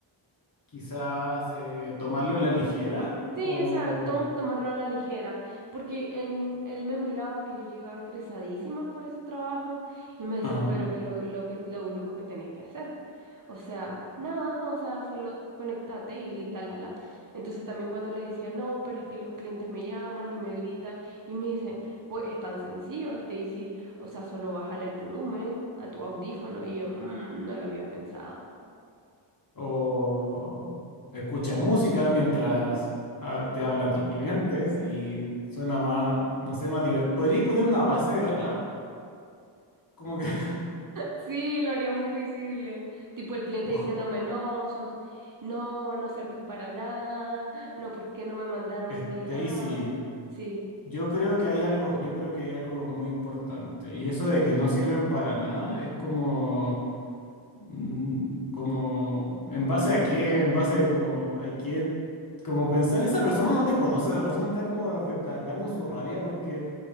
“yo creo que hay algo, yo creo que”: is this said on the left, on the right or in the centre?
Left